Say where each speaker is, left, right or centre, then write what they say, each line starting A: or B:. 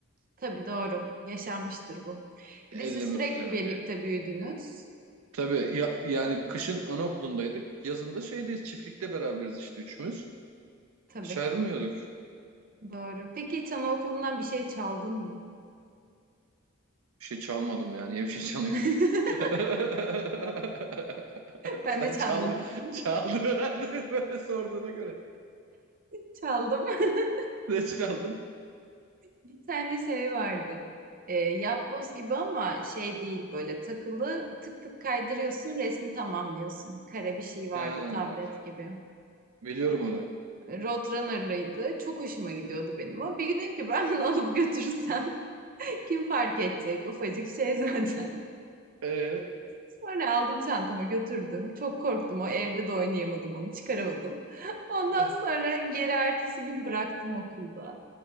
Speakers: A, on the right; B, on the right.
A: Tabii doğru. Yaşanmıştır bu. Bir
B: Elleme
A: de siz sürekli
B: kuzenimi
A: birlikte
B: diye.
A: büyüdünüz.
B: Tabii ya, yani kışın anaokulundaydık. Yazında şeydeyiz çiftlikte beraberiz işte üçümüz.
A: Tabii
B: Hiç ayrılmıyorduk.
A: doğru. Peki hiç anaokulundan bir şey çaldın mı?
B: Bir şey çalmadım yani. Niye bir şey çalayım?
A: <laughs>
B: <laughs>
A: Ben
B: Sen
A: de çalmadım.
B: çaldın. Çaldın herhalde <laughs> böyle sorduğuna göre.
A: Çaldım. <laughs>
B: Ne çaldın?
A: Bir tane şey vardı. E, yapboz gibi ama şey değil böyle takılı tık tık kaydırıyorsun resmi tamamlıyorsun. Kare bir şey vardı
B: Ha,
A: tablet gibi.
B: biliyorum onu.
A: Roadrunner'lıydı. Çok hoşuma gidiyordu benim o. Bir gün dedim ki ben bunu alıp götürürsem <laughs> kim fark edecek? Ufacık şey <laughs> zaten.
B: Ee,
A: Sonra aldım çantama götürdüm. Çok korktum o evde de oynayamadım onu çıkaramadım. <laughs> Ondan
B: ah,
A: sonra geri ertesi gün bıraktım okulda.